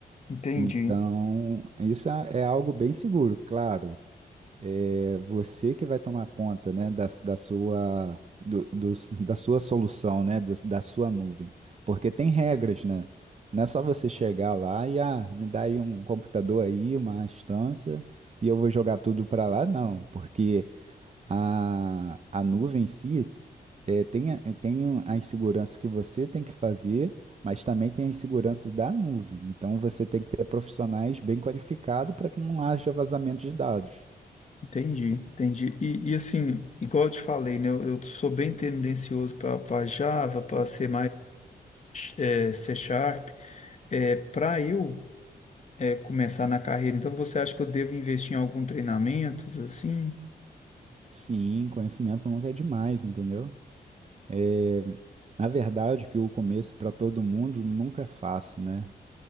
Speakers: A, on the left; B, on the right.
A: Entendi.
B: Então, isso é é algo bem seguro, claro. É você que vai tomar conta, né, da, da sua do, dos- da sua solução, né, dos- da sua nuvem, porque tem regras, né? Não é só você chegar lá e ah, me dá aí um computador aí, uma instância e eu vou jogar tudo para lá, não, porque a, a nuvem em si é, tem, a- tem um- a insegurança que você tem que fazer, mas também tem a insegurança da nuvem. Então você tem que ter profissionais bem qualificados para que não haja vazamento de dados.
A: Entendi, entendi. E, e assim, igual eu te falei, né? Eu, eu sou bem tendencioso para Java, para C++, é, C Sharp. É, para eu é, começar na carreira, então você acha que eu devo investir em algum treinamento, assim?
B: Sim, conhecimento nunca é demais, entendeu? É, na verdade, que o começo para todo mundo nunca é fácil, né?